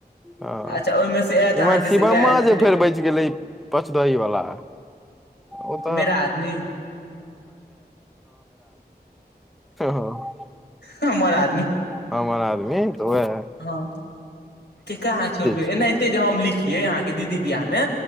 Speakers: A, in the centre; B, on the left (about 90°).
A: हँ
B: अच्छा ओहिमे से आयत अहाँके
A: इम्हर
B: से
A: शिवममा
B: उएह
A: जे फेर च गेलै पाँच दही वालला ओ तऽ
B: मेरा आदमी
A: <unintelligible>
B: हमरा आदमी
A: हमरा आदमी तऽ ओहै
B: हँ केकरा अहाँ छोड़बै
A: छै
B: एनाहिते जे हम लिखियै अहाँकेँ दीदी बियाहमे